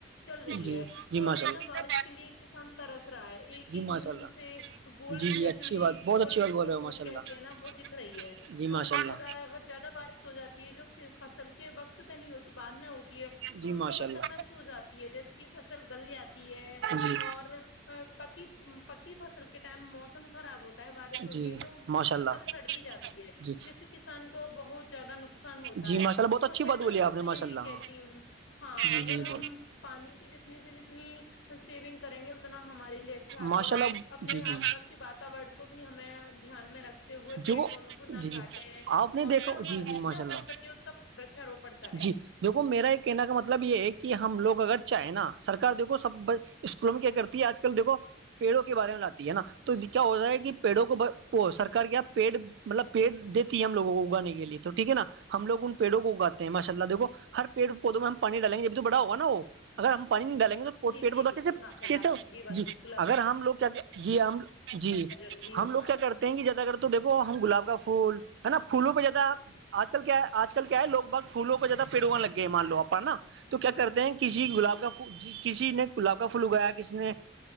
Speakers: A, on the left (about 75°); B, on the right (about 60°).
A: چل رہی
B: جی
A: ہے
B: جی
A: تو
B: ماشاء
A: ابھی
B: اللہ
A: نا بارش کے لیے کسان ترس رہا ہے ایک
B: جی
A: ایک
B: ماشاء
A: مونند
B: اللہ
A: اسے گولڈ
B: جی جی
A: جیسی
B: اچھی بات بہت
A: گولڈ
B: اچھی بات بول
A: وہ
B: رہے ہو ماشاء
A: کہتے
B: اللہ
A: ہیں نا وہ دکھ رہی ہے
B: جی ماشاء
A: اور
B: اللہ
A: پھر اگر زیادہ بارش ہو جاتی ہے جو پھر فصل کے وقت پہ نہیں ہوتی بعد میں ہوتی
B: جی
A: تو اس
B: ماشاء
A: سے فصل
B: اللہ
A: نشٹ ہو جاتی ہے جیسے کہ فصل گل جاتی ہے
B: جی
A: اور پکی پکی فصل کے ٹائم موسم خراب ہوتا ہے بارش ہوتی
B: جی
A: ہے تو
B: ماشاء
A: فصل
B: اللہ
A: سڑ بھی جاتی ہے
B: جی
A: جس سے کسان کو بہت زیادہ نقصان ہوتا
B: جی
A: ہے
B: ماشاء اللہ بہت اچھی
A: تو میں
B: بات
A: نا
B: بولی آپ
A: میں
B: نے
A: تو یہی
B: ماشاء اللہ
A: کہتی
B: ہاں
A: ہوں ہاں
B: جی
A: اگر
B: جی
A: ہم
B: بول
A: پانی کی جتنی سےی جتنی سیونگ کریں گے اتنا ہمارے لیے اچھا ہے
B: ماشاء
A: اور
B: اللہ
A: اپنے
B: جی جی
A: آس پاس کے واتور کو بھی ہمیں دھیان میں رکھتے ہوئے پیڑ
B: جی وہ
A: پودوں کو نہ
B: جی جی
A: کاٹے
B: آپ نے
A: اور
B: دیکھا
A: نہ
B: جی جی
A: جتنا
B: ماشاء اللہ
A: ہو سکے انا ورچاروپن کریں
B: جی دیکھو میرا ایک کہنے کا مطلب یہ ہے کہ ہم لگ اگر چاہیں نا سرک دیکو سب اسکولوں میں کیا کرتی ہے آج کل دیکھو پیڑوں کے بارے میں لاتی ہے نا تو کیا ہوتا ہے کہ پیڑوں کو سرک کیا پیڑ مطلب پیڑ دیتی ہے ہم لوگوں کو اگانے کے لیے تو ٹھیک ہے نا ہم لوگ ان پیڑوں کو اگاتے ہیں ماشاء اللہ دیکو ہر پیڑ پودوں میں ہم پانی ڈالیں گے یہ بھی تو بڑا ہوگا اگر ہم پانی نہیں ڈیں گے
A: جی
B: پیٹ
A: جی
B: پودا
A: بالکل
B: کیس
A: ماشاء اللہ
B: کیسے
A: آپ
B: ہو
A: نے یہ بات
B: جی
A: بالکل آپ
B: اگر ہم لوگ کیا کیا جی ہم جی
A: روری ہوتا
B: وگ کیا
A: ہے
B: کرتے ہیں کہ زیادہ اگر تو دیکھو ہم گلاب کا پھول ہے نا پھولوں پہ زیادہ آج کل کیا آج کل کیا ہے لو بھگ پھولوں کو زیادہ پیڑ ہواں لگ گئے مان لو آ اپ نا تو کیا کرتے ہیں کسی گلاب
A: ہوں
B: کا ج کسی نے گلاب کا پھول اگایا کسی نے